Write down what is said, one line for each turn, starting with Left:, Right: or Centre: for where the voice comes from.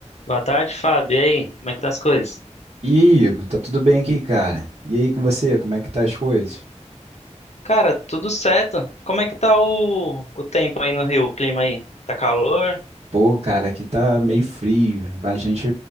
Left: Boa tarde, Fábio. E aí, como é que tá as coisas?
Right: E aí, Igor, tá tudo bem aqui, cara? E aí com você, como é que tá as coisas?
Left: Cara, tudo certo. Como é que tá o, o tempo aí no Rio, o clima aí? Tá calor?
Right: Pô, cara, aqui tá meio frio. A gente,